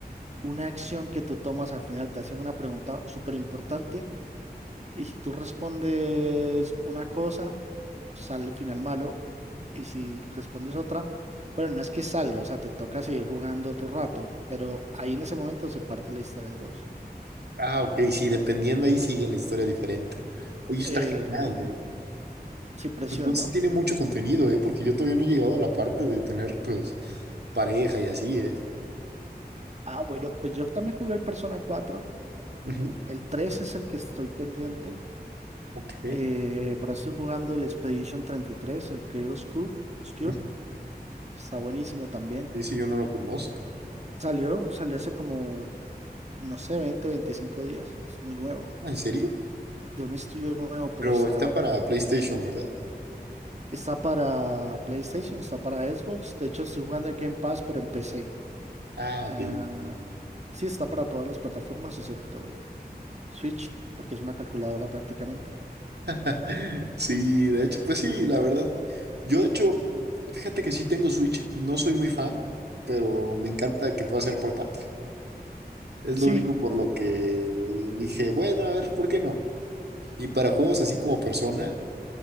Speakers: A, on the right (about 40°); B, on the right (about 80°).
A: una acción que tú tomas al final. Te hacen una pregunta súper importante y si tú respondes una cosa sale el final malo y si respondes otra, bueno, no es que salga, o sea, te toca seguir jugando otro rato, pero ahí en ese momento se parte la historia en dos.
B: Ah, ok, sí, dependiendo ahí sigue la historia diferente. Oye, está
A: Eh,
B: genial, ¿eh?
A: sin presión,
B: Pues Entonces
A: ¿no?
B: tiene mucho contenido, ¿eh? Porque yo todavía no he llegado a la parte de tener, pues, pareja y así, ¿eh?
A: Ah, bueno, pues yo también jugué el Persona cuatro
B: Ujú.
A: El 3 es el que estoy pendiente.
B: Ok,
A: Eh, pero estoy jugando el Expedition treinta y tres el Clear Obscure. Obscure.
B: Ujú.
A: Está buenísimo también.
B: ese yo no lo conozco.
A: Salió, salió hace como, no sé, 20 25 días. Es muy nuevo.
B: Ah, ¿en serio?
A: De un estudio nuevo, pero
B: Pero
A: está
B: está para PlayStation, ¿verdad?
A: Está para PlayStation, está para Xbox. De hecho, estoy jugando el Game Pass, pero en PC.
B: Ah,
A: Ah,
B: ok. ok.
A: sí, está para todas las plataformas, excepto Switch, porque es una calculadora prácticamente.
B: <laughs> Sí, de hecho, pues sí, la verdad. Yo, de hecho, fíjate que sí tengo Switch, no soy muy fan, pero me encanta que pueda ser portátil. Es
A: Sí,
B: lo único por lo que dije, bueno, a ver, ¿por qué no? Y para juegos así como Persona,